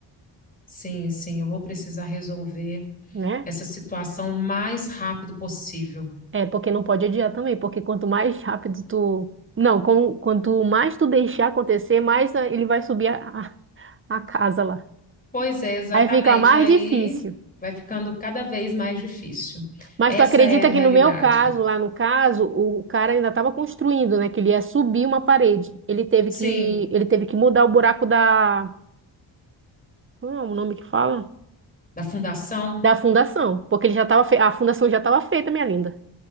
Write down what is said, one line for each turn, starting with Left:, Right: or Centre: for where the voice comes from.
Left: Sim, sim, eu vou precisar resolver.
Right: né?
Left: essa situação o mais rápido possível.
Right: É, porque não pode adiar também, porque quanto mais rápido tu. Não, com- quanto mais tu deixar acontecer, mais ah, ele vai subir a, a, a casa lá.
Left: Pois é, exatamente.
Right: Aí fica mais
Left: E aí
Right: difícil.
Left: vai ficando cada vez mais difícil.
Right: Mas
Left: Essa
Right: tu acredita
Left: é a realidade.
Right: que no meu caso, lá no caso, o cara ainda estava construindo, né? Que ele ia subir uma parede. Ele teve
Left: Sim,
Right: que, ele teve que mudar o buraco da Como é o nome que fala?
Left: da fundação.
Right: da fundação, porque ele já estava a fundação já estava feita, minha linda.